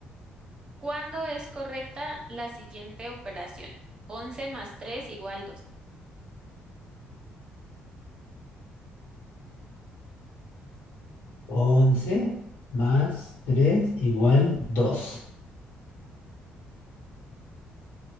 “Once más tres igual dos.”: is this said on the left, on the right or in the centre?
Left